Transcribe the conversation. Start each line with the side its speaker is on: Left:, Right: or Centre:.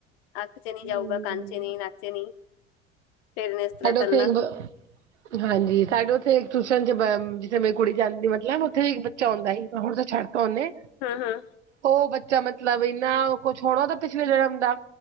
Left: ਅੱਖ ਚ ਨਹੀਂ ਜਾਊਗਾ
Right: ਹੂੰ
Left: ਕੰਨ ਚ ਨਹੀਂ ਨਕ ਚ ਨਹੀਂ ਫੇਰ ਨੇ ਇਸ ਤਰ੍ਹਾਂ
Right: ਐਡੋ
Left: ਕਰਨਾ
Right: ਥੋਕ ਬ ਹਾਂਜੀ ਸਾਡੇ ਉੱਥੇ ਇੱਕ ਟਿਊਸ਼ਨ ਚ ਜਿੱਥੇ ਮੇਰੀ ਕੁੜੀ ਜਾਂਦੀ ਮਤਲਬ ਉੱਥੇ ਇੱਕ ਬੱਚਾ ਆਉਂਦਾ ਸੀ ਹੁਣ ਤਾਂ ਛੱਡ ਕੋਨੇ
Left: ਹੰ ਹੰ
Right: ਉਹ ਬੱਚਾ ਮਤਲਬ ਇੰਨਾ ਕੁਛ ਹੋਣਾ ਓਦਾ ਪਿਛਲੇ ਜਨਮ ਦਾ